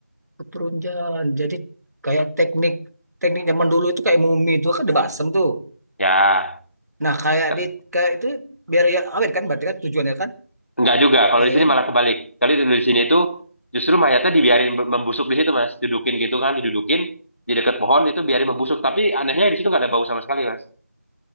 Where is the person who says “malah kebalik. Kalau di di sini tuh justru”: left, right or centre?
Left